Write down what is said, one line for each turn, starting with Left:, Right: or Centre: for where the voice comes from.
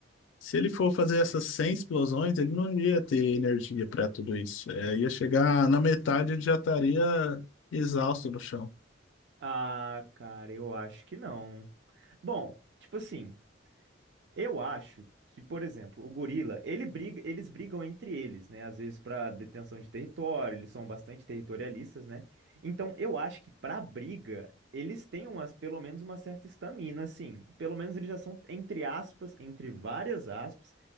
Left: se ele for fazer essas 100 explosões, ele não iria ter energia para tudo isso. É, ia chegar na metade, ele já estaria exausto no chão.
Right: Ah, cara, eu acho que não. Bom, tipo assim. Eu acho que, por exemplo, o gorila, ele briga, eles brigam entre eles, né? Às vezes para detenção de território, eles são bastante territorialistas, né? Então, eu acho que para briga, eles têm umas, pelo menos uma certa estamina, assim. Pelo menos eles já são, entre aspas, entre várias aspas,